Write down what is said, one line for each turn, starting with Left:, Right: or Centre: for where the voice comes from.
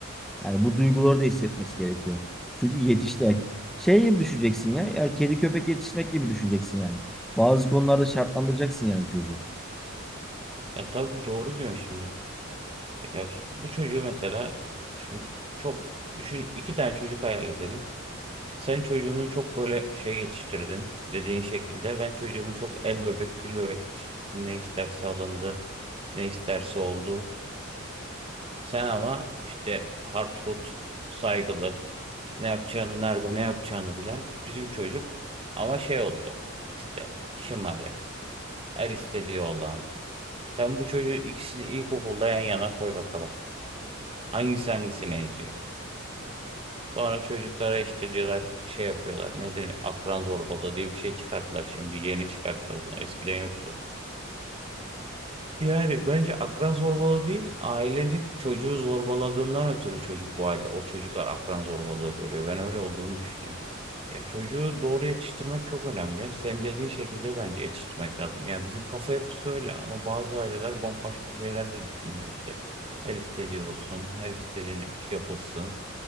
Centre: Yani bu duyguları da hissetmesi gerekiyor. Çünkü yetişti. Şey gibi düşeceksin ya. ya kedi köpek yetiştirmek gibi düşüneceksin yani. Bazı konularda şartlandıracaksın yani çocuğu.
Right: E tabii doğru diyorsun şimdi. Ya bu çocuğu mesela şimdi çok düşün iki tane çocuk hayal edelim. Sen çocuğunu çok böyle şey yetiştirdin dediğin şekilde. Ben çocuğumu çok el bebek gül bebek yetiştirdim. Ne isterse alındı, ne isterse oldu. Sen ama işte hardcore, saygılı, ne yapacağını, nerede ne yapacağını bilen bizim çocuk. Ama şey oldu işte şımarık, her istediği olan. Sen bu çocuğu ikisini ilkokulda yan yana koy bakalım. Hangisi hangisine yazıyor? Sonra çocuklara işte diyorlar şey yapıyorlar. Ne deniyor? Akran zorbalığı diye bir şey çıkarttılar şimdi. Yeni çıkarttılar bunu. Eskiden yoktu. Yani bence akran zorbalığı değil, ailenin çocuğu zorbaladığından ötürü çocuk bu halde. O çocuklar akran zorbalığı görüyor. Ben öyle olduğunu düşünüyorum. Ya çocuğu doğru yetiştirmek çok önemli. Senin dediğin şekilde bence yetiştirmek lazım. Ya bizim kafa yapısı öyle ama bazı aileler bambaşka şeyler de düşünüyor işte. Her istediği olsun, her istediğini yapılsın.